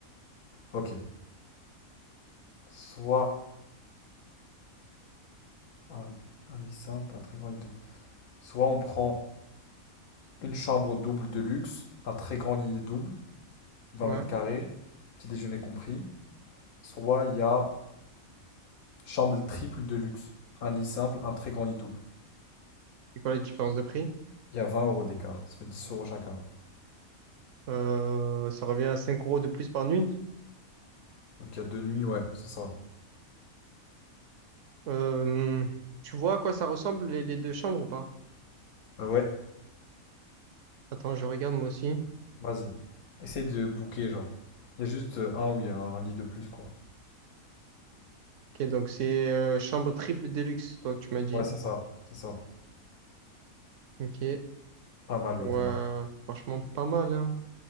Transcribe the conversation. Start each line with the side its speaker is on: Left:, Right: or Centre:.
Left: Ok. Soit un, un lit simple, un très grand lit double. Soit on prend. Une chambre double de luxe, un très grand lit double, 20
Right: Ouais.
Left: mètres carrés, petit déjeuner compris. Soit il y a chambre triple de luxe, un lit simple, un très grand lit double.
Right: C'est quoi la différence de prix?
Left: Il y a 20 euros d'écart, ça fait 10 euros chacun.
Right: Euh, ça revient à cinq euros de plus par nuit.
Left: Donc il y a deux nuits, ouais, c'est ça.
Right: Euh, tu vois à quoi ça ressemble les, les deux chambres ou pas?
Left: Euh, ouais,
Right: Attends, je regarde moi aussi.
Left: vas-y. Essaye de booker, genre. Il y a juste euh, un où il y a un lit de plus, quoi.
Right: Ok, donc c'est euh, chambre triple déluxe, toi que tu m'as dit.
Left: Ouais, c'est ça, c'est ça.
Right: Ok.
Left: Pas mal
Right: Ouais,
Left: l'hôtel, hein.
Right: franchement, pas mal, hein.